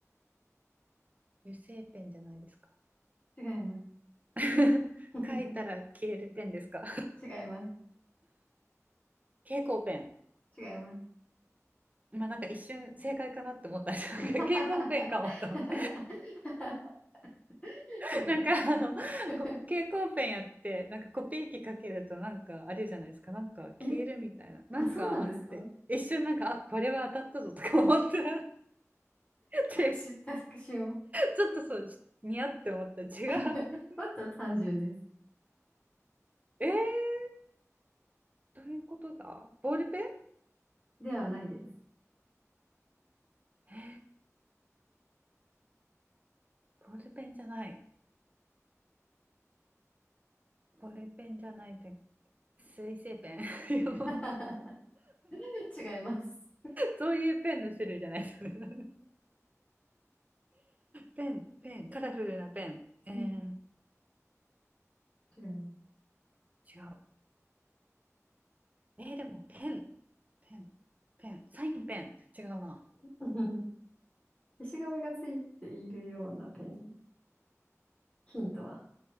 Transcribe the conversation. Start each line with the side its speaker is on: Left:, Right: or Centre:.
Right: 油性ペンじゃないですか。
Left: 違います。
Right: <laughs>
Left: <laughs>
Right: 書いたら消えるペンですか。
Left: 違います。
Right: 蛍光ペン。
Left: 違います。
Right: まあなんか一瞬正解かなって思ったんですけど、
Left: <laughs>
Right: <laughs> 蛍光ペンかもと思って。<laughs>
Left: 違います。
Right: なんかあの
Left: <laughs>
Right: 蛍光ペンやってなんかコピー機かけるとなんかあれじゃないですかなんか消えるみたいななんかあって一瞬なんかあこれは当たったぞとか思って
Left: え、あ、そうなんですか隠
Right: <laughs> 違った
Left: し、隠しを。
Right: ちょっとそう似合って思った違う <laughs>
Left: <laughs> もっと単純です。
Right: えー、どういうことだボールペン
Left: ではないです。
Right: えー、ボールペンじゃないボールペンじゃないって水性ペン <laughs>
Left: <laughs> 違います。
Right: そういうペンの種類じゃないです <laughs> ペンペンカラフルなペンえー、
Left: うん、違います。
Right: 違うえーでもペン、ペン、ペン、サインペン、違うな。
Left: <laughs> 消しゴムがついているようなペン。ヒントは、